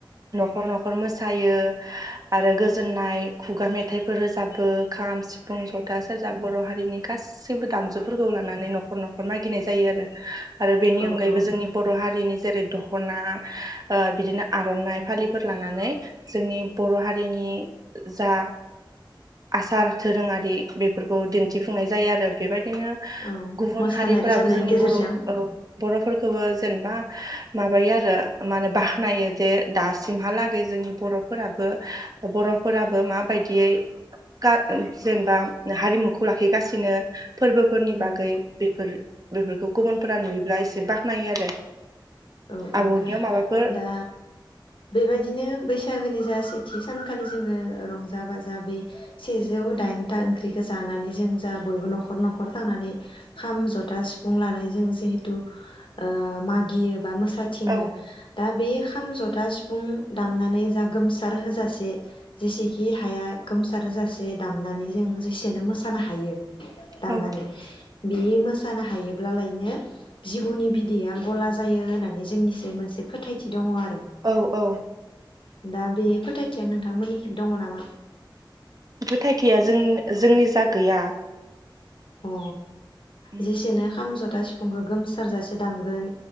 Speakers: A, on the right; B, on the left.
A: न'खर न'खर मोसायो आरो गोजोननाय खुगा मेथाइफोर रोजाबो खाम सिफ फुं ज'था सेरजा बर' हारिनि गासिबो दामजुफोरखौ लानानै न'खर न'खर मागिनाय जायो आरो। आरो बेनि
B: अ औ
A: अनगायैबो
B: औ
A: जोंनि बर' हारिनि जेरै दख'ना बिदिनो आर'नाइ फालिफोर लानानै जोंनि बर' हारिनि जा आसार दोरोङारि बेफोरखौ दिन्थिफुंनाय जायो आरो बेबायदि नो
B: औ
A: गुबुन
B: मोसानाय
A: हारि
B: रोजाबनायनि
A: फोराबो जोंनि
B: गेजेरजों
A: बर' बर'फोरखौबो जेनेबा माबायो आरो मा होनो बाख्नायो जे दासिमहालागै जोंनि बर'फोराबो बर'फोराबो माबायदियै खा जेनेबा हारिमुखौ लाखिगासिनो। फोरबोफोरनि
B: उम
A: बागै बेफोर बेफोरखौ गुबुनफोरा नुयोब्ला एसे बाख्नायो आरो।
B: औ
A: आबौनियाव
B: औ
A: माबाफोर
B: दा बेबायाददिनो बैसागोनि जा सै थि सानखालि जोङो रंजा बाजा बे सेजौ दाइनथा ओंख्रिखौ जानानै जों जा बयबो न'खर न'खर थांनानै खाम जथा सिफुं लानानै जों जिहेथु ओ मागियो बा मोस थाथिङो
A: औ
B: दा बे खाम जथ था सिफुं दामनानै जा गोमसार होजासे जेसेखि हाया गोमसार होजासे दामनानै जों जेसेनो मोसानो हायो दामनानै
A: औ
B: बे मा सानो हायोब्लालायनो जिबौनि बिदैया गला जायो होननानै जोंनिसै मोनसे फोथायथि दङ आ
A: औ औ
B: दा बे फोथायथिया नोंथांमोननिखिबो दङ नामा?
A: फोथायथिया जों जोंनि जा गैया।
B: अ
A: उम
B: जेसेनो खाम जथ था सिफुंखौ गोमसारजासे दामगोन